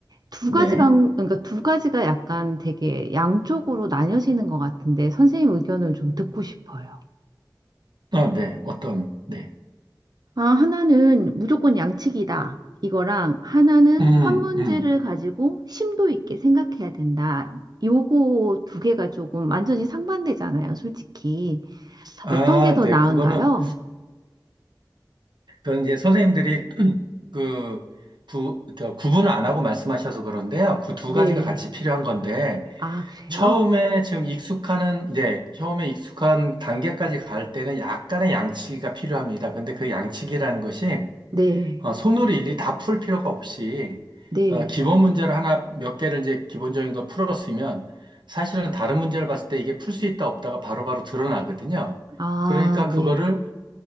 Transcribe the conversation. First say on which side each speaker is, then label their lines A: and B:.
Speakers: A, on the right (about 60°); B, on the right (about 80°).
A: 두
B: 네.
A: 가지 방, 그러니까 두 가지가 약간 되게 양쪽으로 나뉘어지는 것 같은데 선생님 의견을 좀 듣고 싶어요.
B: 어, 네. 어떤, 네.
A: 아, 하나는 무조건 양측이다. 이거랑 하나는
B: 음,
A: 한 문제를
B: 음.
A: 가지고 심도 있게 생각해야 된다. 요거 두 개가 조금 완전히 상반되잖아요, 솔직히.
B: 아,
A: 어떤 게 더
B: 네.
A: 나은가요?
B: 그거는, 그건 이제 선생님들이 <clears throat> 그, 부, 그 구분을 안 하고 말씀하셔서 그런데요. 그 두
A: 네.
B: 가지가 같이 필요한 건데,
A: 아, 그래요?
B: 처음에 지금 익숙하는, 예, 처음에 익숙한 단계까지 갈 때는 약간의 양치기가 필요합니다. 근데 그 양치기라는 것이
A: 네.
B: 어, 손으로 일일이 다 풀 필요가 없이
A: 네.
B: 어, 기본 문제를 하나 몇 개를 이제 기본적인 걸 풀었으면 사실은 다른 문제를 봤을 때 이게 풀 수 있다 없다가 바로바로 드러나거든요.
A: 아,
B: 그러니까
A: 네.
B: 그거를